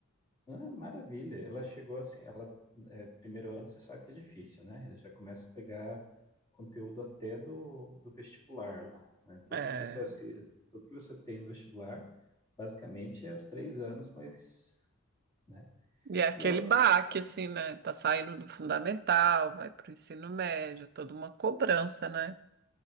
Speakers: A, on the left; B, on the right.
A: ah, maravilha. Ela chegou assim, ela é, primeiro ano você sabe que é difícil, né? Ela Já começa a pegar conteúdo até do, do vestibular lá, né? Tudo
B: É,
A: que você assi- tudo que você tem no vestibular, basicamente é os três anos, mas, né?
B: E é aquele
A: E ela tá,
B: baque,
A: tá-
B: assim, né? Tá saindo do fundamental, vai para o ensino médio, toda uma cobrança, né?